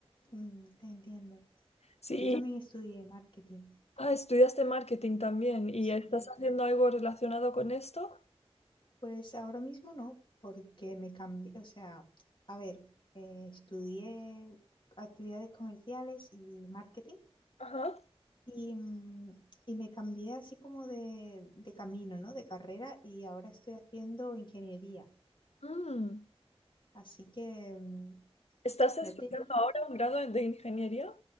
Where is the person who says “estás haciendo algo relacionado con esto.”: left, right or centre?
Left